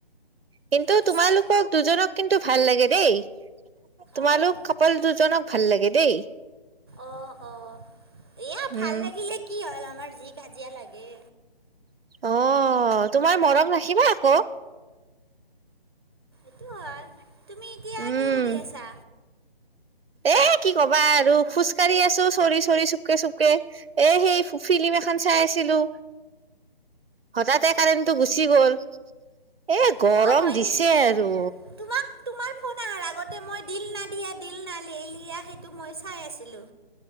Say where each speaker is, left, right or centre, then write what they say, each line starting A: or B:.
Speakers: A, on the right; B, on the right.
A: কিন্তু
B: পিছে
A: তোমালোকক দুজনক কিন্তু ভাল লাগে দেই, তোমালোক
B: অ'
A: কাপুল দুজনক ভাল লাগে দেই।
B: অ', অ', এয়া ভাল
A: উম
B: লাগিলে কি হ'ল আমাৰ যি কাজিয়া লাগে।
A: অ', তোমাৰ মৰম ৰাখিবা আকৌ।
B: সেইটো হয়, তুমি এতিয়া
A: উম
B: কি কৰি আছা।
A: এ কি ক'বা আৰু খোজকাঢ়ি আছো চ'ৰি- চ'ৰি চুপকে- চুপকে। এ সেই ফ ফিলিম এখন চাই আছিলো। হঠাতে কাৰেণ্টটো গুচি গ'ল। এ গৰম
B: অঁ হয়
A: দিছে
B: নেকি
A: আৰু।
B: তোমাক <unintelligible> আগতে মই দিল না দিয়া দিল না লে লিয়া সেইটো মই চাই আছিলো।